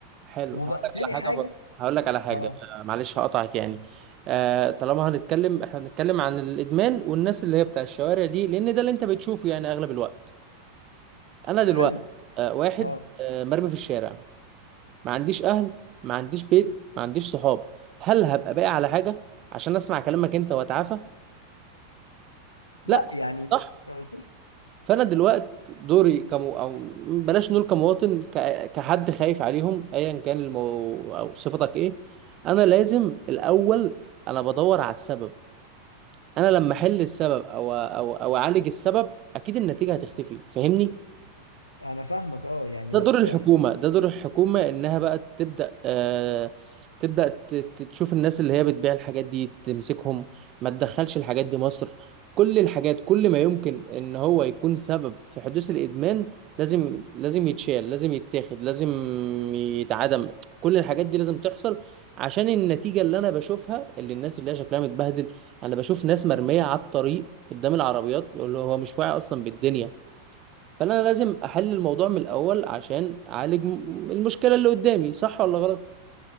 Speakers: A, on the right; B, on the left.
A: حلو
B: وبقى
A: هقول لك
B: تاني
A: على حاجه
B: حاجة
A: برضه هقول لك على حاجه
B: أه
A: آه، معلش هقطعك يعني آه طالما هنتكلم احنا هنتكلم عن الادمان والناس اللي هي بتاع الشوارع دي لان ده اللي انت بتشوفه يعني اغلب الوقت انا دلوقتي
B: حلو
A: آه واحد
B: أه
A: آه مرمي في الشارع ما عنديش اهل ما عنديش بيت ما عنديش صحاب هل هبقى باقي على حاجه عشان اسمع كلامك انت واتعافى
B: لا
A: لا
B: يعني
A: صح
B: آه، صح
A: فانا دلوقت دوري كمو او بلاش نقول كمواطن ك... كحد خايف عليهم ايا كان المو... او صفتك ايه انا لازم الاول انا بدور على السبب انا لما احل السبب او او او اعالج السبب اكيد النتيجة هتختفي فاهمني
B: أنا فاهمك أه يعني
A: ده
B: بس
A: دور الحكومة ده دور الحكومة إنها بقى تبدأ آه تبدأ ت- ت- تشوف الناس اللي هي بتبيع الحاجات دي تمسكهم ما تدخلش الحاجات دي مصر كل الحاجات كل ما يمكن إن هو يكون سبب في حدوث الإدمان لازم لازم يتشال لازم يتاخد لازم يتعدم كل الحاجات دي لازم تحصل عشان النتيجة اللي أنا بشوفها اللي الناس اللي هي شكلها متبهدل أنا بشوف ناس مرمية على الطريق قدام العربيات اللي هو مش واعي أصلا بالدنيا فانا لازم احل الموضوع من الاول عشان اعالج م- المشكله اللي قدامي صح ولا غلط